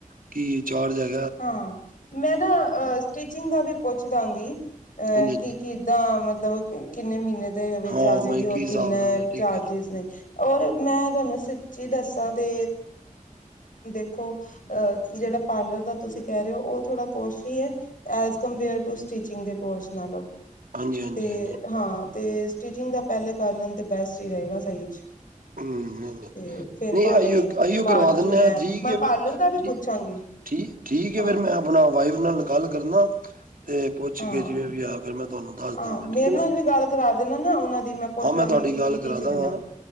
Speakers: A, on the right; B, on the left.
A: ਕਿ ਚਾਰ ਹਜ਼ਾਰ
B: ਹਾਂ, ਮੈਂ ਨਾ ਅ ਸਟੀਚਿੰਗ ਦਾ ਵੀ ਪੁੱਛ ਦਾਂਗੀ ਅਹ
A: ਹਾਂਜੀ
B: ਕਿ
A: ਹਾਂਜੀ
B: ਕਿ ਤਾਂ, ਮਤਲਬ ਕਿੰਨੇ ਮਹੀਨੇ ਦੇ ਵਿੱਚ
A: ਹਾਂ
B: ਆ ਜਾਏਗੀ,
A: ਮੈਂ
B: ਔਰ
A: ਕੀ ਹਿਸਾਬ
B: ਕਿੰਨੇ
A: ਕਿਤਾਬ ਹੈ ਠੀਕ
B: ਚਾਰਜਿਸ
A: ਹੈ
B: ਨੇ? ਔਰ ਮੈਂ, ਤੁਹਾਨੂੰ ਸੱਚੀ ਦੱਸਾਂ ਤੇ ਦੇਖੋ ਅਹ ਜਿਹੜਾ ਪਾਰਲਰ ਦਾ ਤੁਸੀਂ ਕਹਿ ਰਹੇ ਹੋ, ਉਹ ਥੋੜਾ ਕੋਸਟਲੀ ਹੈ, ਐਜ਼ ਕੰਪੇਅਰ ਟੂ ਸਟੀਚਿੰਗ ਦੇ। ਕੋਰਸ ਨਾਲੋਂ,
A: ਹਾਂਜੀ ਹਾਂਜੀ
B: ਤੇ
A: ਹਾਂਜੀ
B: ਹਾਂ ਤੇ ਸਟੀਿਚਿੰਗ ਦਾ ਪਹਿਲੇ ਕਰ ਲੈਂਦੇ, ਬੈਸਟ ਹੀ ਰਹੇਗਾ, ਸਹੀ ਚ।
A: ਹਮ ਨਹੀਂ ਨਹੀਂ
B: ਤੇ ਫਿਰ
A: ਨਹੀਂ
B: ਭਾਵੇਂ,
A: ਆਈਓ ਆਈਓ
B: ਬਾਅਦ
A: ਕਰਵਾ
B: ਵਿੱਚੋਂ
A: ਦਿੰਦੇ
B: ਮੈਂ,
A: ਆ ਠੀਕ
B: ਮੈਂ
A: ਹੈ
B: ਪਾਰਲਰ
A: ਫਿਰ,
B: ਦਾ ਵੀ
A: ਠੀ
B: ਪੁੱਛਾਂਗੀ।
A: ਠੀਕ, ਠੀਕ ਹੈ,
B: ਹਾਂ
A: ਫਿਰ ਮੈਂ ਆਪਣਾ ਵਾਈਫ ਨਾਲ ਗੱਲ ਕਰਨਾ। ਤੇ ਪੁੱਛ
B: ਹਾਂ
A: ਕੇ ਜਿਵੇਂ ਵੀ ਆ, ਫੇਰ ਮੈਂ ਤੁਹਾਨੂੰ ਦੱਸ
B: ਹਾਂ
A: ਦਾਂਗਾ, ਠੀਕ
B: ਮੇਰੇ
A: ਹੈ ਨਾ?
B: ਨਾਲ ਵੀ ਗੱਲ ਕਰਾ ਦੇਣਾ ਨਾ ਉਹਨਾਂ ਦੀ ਪੁੱਛ
A: ਹਾਂ, ਮੈਂ
B: ਲਾਂਗੀ
A: ਤੁਹਾਡੀ
B: ਕਿ
A: ਗੱਲ
B: ਕੀ ਕੀ
A: ਕਰਾ
B: ਸਿੱਖਣਾ
A: ਦਾਂਗਾ।